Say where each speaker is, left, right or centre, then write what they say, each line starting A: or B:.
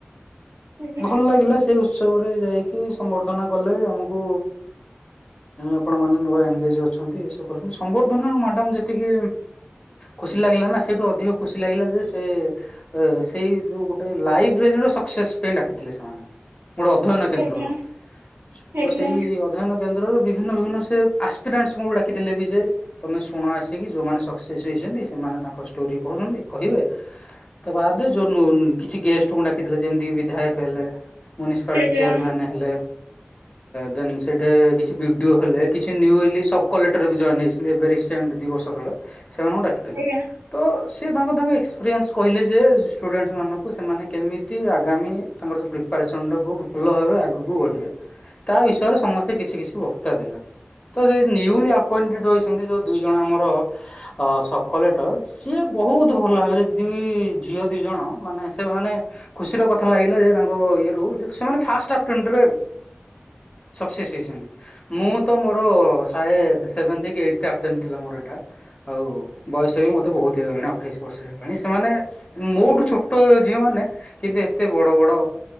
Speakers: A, on the right (about 75°); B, on the left (about 30°).
A: ଆଜ୍ଞା
B: ଭଲ ଲାଗିଲା ସେ ଉତ୍ସବରେ ଯାଇକି ସମ୍ବର୍ଦ୍ଧନା କଲେ ଆମକୁ ଆପଣ ମାନେ ନୂଆ ଏନଗେଜ୍ ଅଛନ୍ତି ଏସବୁ ଅଛନ୍ତି ସମ୍ବର୍ଦ୍ଧନା ମ୍ୟାଡମ ଯେତିକି ଖୁସି ଲାଗିଲା ନା ସେଇଠୁ ଅଧିକ ଖୁସି ଲାଗିଲା ଯେ ସେ ସେଇ ଯୋଉ ଗୋଟେ ଲାଇବେରୀର ସକ୍ସେସ ପାଇଁ ଡାକିଥିଲେ ସେମାନେ। ଗୋଟେ ଅଧ୍ୟୟନ କେନ୍ଦ୍ରର
A: ଆଜ୍ଞା
B: ଛତ
A: ଆଜ୍ଞା
B: ସେଇ ଅଧ୍ୟୟନ କେନ୍ଦ୍ରରେ ବିଭି ବିଭିନ୍ନ ବିଭିନ୍ନ ସେ ଆସ୍ପିରାନ୍ସ କୁ ଡାକିଥିଲେ ବି ସେ ତମେ ଶୁଣ ଆସିକି ଯୋଉମାନେ ସକ୍ସେସ୍ ହେଇଛନ୍ତି ସେମାନେ ତାଙ୍କ ଷ୍ଟୋରି କହୁଛନ୍ତି କହିବେ ତା ବାଦ ଯୋଉ କିଛି ଗେଷ୍ଟଙ୍କୁ ଡାକିଥିଲେ ଯେମିତିକି ବିଧାୟକ ହେଲେ ମ୍ୟୁନିସିପାଲିଟି
A: ଆଜ୍ଞା
B: ଚେୟାରମ୍ୟାନ୍ ହେଲେ ଦେନ୍ ସେଇଠେ କିଛି ହେଲେ କିଛି ସବକଲେକ୍ଟର ବି ଜଏନ୍ ହେଇଛନ୍ତି ରସେଣ୍ଟ ଦି ବର୍ଷ ତଳେ। ସେମାନଙ୍କୁ ଡାକିଥିଲେ
A: ଆଜ୍ଞା
B: ।ତ ସେ ତାଙ୍କ ତାଙ୍କ ଏକ୍ସପିରିଏନ୍ସ କହିଲେ ଯେ ଷ୍ଟୁଡେଣ୍ଟସ୍ ମାନଙ୍କୁ ସେମାନେ କେମିତି ଆଗାମୀ ତାଙ୍କର ପ୍ରି ପାସଣ୍ଡ କୁ ଭଲ ଭାବେ ଆଗକୁ ବଢିବେ। ତା ବିଷୟରେ ସମସ୍ତେ କିଛି କିଛି କତଦଥିଲା। ତ ସେଇ ନିଉଲି ଆପଏଣ୍ଟେଡ ଯଉ ଯଉ ଦିଇ ଜଣ ଆମର ସବକଲେକ୍ଟର ସିଏ ବହୁତ ଭଲ ଭାବରେ ଦୁଇ ଝିଅ ଦି ଜଣ ମାନେ ସେ ମାନେ ଖୁସିର କଥା ଲାଗିଲା ଯେ ତା ଇଏ ରୁ ସେମାନେ ଫାଷ୍ଟ ଆଟେଣ୍ଡେରେ ସକ୍ସେସ୍ ହେଇଛନ୍ତି। ମୁଁ ତ ମୋର ସାହେ ସେଭେନ୍ କି ଏଇଟ୍ ଆଟେଣ୍ଡେ ଥିଲା ମୋର ଏଇଟା ଆଉ ବୟସ ବି ମୋତେ ବହୁତ ହେଇଗଲାଣି ଅଠେଇଶ ବର୍ଷ ହେଇଗଲାଣି ସେମାନେ ମୋଠୁ ଛୋଟ ଝିଅମାନେ କିନ୍ତୁ ଏତେ ବଡ଼ ବଡ଼